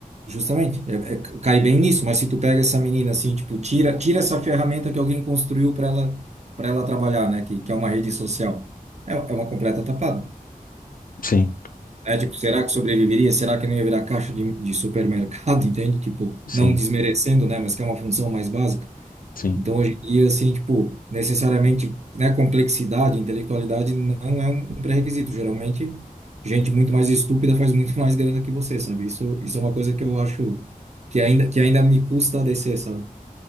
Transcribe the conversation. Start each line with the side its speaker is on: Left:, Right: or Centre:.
Right: justamente, é, é, cai bem nisso, mas se tu pega essa menina assim, tipo, tira, tira essa ferramenta que alguém construiu para ela para ela trabalhar, né, que, que é uma rede social. É, é uma completa tapada.
Left: Sim,
Right: É tipo, será que sobreviveria? Será que não ia virar caixa de, de supermercado, <laughs> entende? Tipo,
Left: sim,
Right: não desmerecendo, né, mas que é uma função mais básica.
Left: sim.
Right: Então, hoje em dia, assim, tipo, necessariamente, né, complexidade, intelectualidade não é um um pré-requisito. Geralmente, gente muito mais estúpida faz muito <laughs> mais grana que você, sabe? Isso, isso é uma coisa que eu acho que ainda, que ainda me custa a descer, sabe?